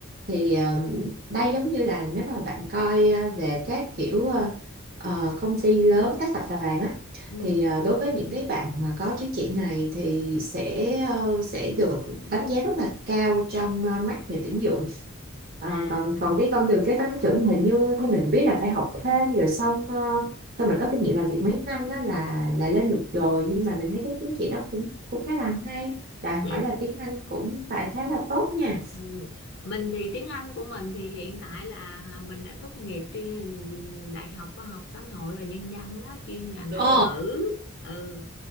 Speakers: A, on the right (about 45°); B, on the left (about 55°).
A: thì ờ, đây giống như là nếu mà bạn coi ờ, về các kiểu ờ, ờ, công ty lớn các tập đoàn á
B: ừ.
A: thì ờ, đối với những cái bạn mà có chứng chỉ này thì sẽ ờ, sẽ được đánh giá rất là cao trong ờ, mắt nhà tuyển dụng Ờ,
B: à
A: còn còn cái con đường kế toán trưởng hình như theo mình biết là phải học thêm rồi xong ờ, xong rồi có kinh nghiệm làm việc mấy năm đó là là lên được rồi nhưng mà mình thấy cái chứng chỉ đó cũng cũng khá là hay đòi hỏi
B: vậy
A: là tiếng Anh cũng phải khá là tốt nha
B: Ừ. Mình thì tiếng Anh của mình thì hiện tại là mình đã tốt nghiệp chuyên Đại học Khoa học Xã hội và Nhân dân á, chuyên ngành
A: Ồ,
B: Anh ngữ. Ừ,